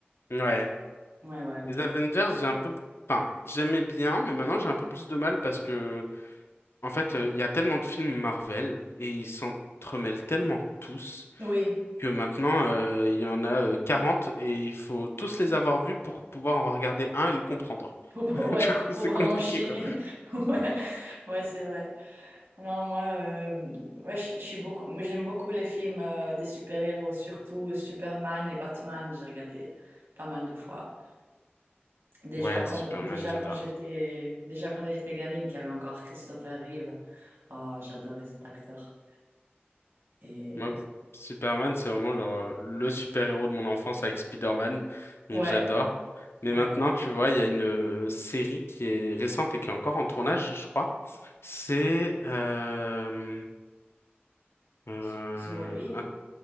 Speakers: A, on the left; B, on the right.
A: Ouais.
B: Ouais, ouais.
A: Les Avengers, j'ai un peu, enfin, j'aimais bien, mais maintenant j'ai un peu plus de mal parce que En fait, euh, il y a tellement de films Marvel et ils s'entremêlent tellement tous
B: Oui,
A: que maintenant, euh, il y en a euh, 40 et il faut tous les avoir vus pour pouvoir en regarder un et le comprendre.
B: pour, pour-
A: <laughs>
B: ouais,
A: Du coup,
B: pour
A: c'est
B: pouvoir
A: compliqué,
B: enchaîner.
A: quoi.
B: <laughs> Ouais, ouais, c'est vrai. Non, moi, euh, ouais, je je suis beaucoup, moi, j'aime beaucoup les films euh, des super-héros, surtout Superman et Batman. J'ai regardé pas mal de fois. Déjà
A: Ouais,
B: quand,
A: Superman,
B: déjà
A: j'adore.
B: quand j'étais, déjà quand j'étais gamine, qu'il y avait encore Christopher Reeve. Oh, j'adorais cet acteur. Et
A: Moi, que- Superman, c'est vraiment genre, euh, le super-héros de mon enfance avec Spider-Man, donc
B: ouais,
A: j'adore. Mais
B: ouais.
A: maintenant, tu vois, il y a une euh, série qui est récente et qui est encore en tournage, je crois. C'est euh, euh,
B: S- Smallville.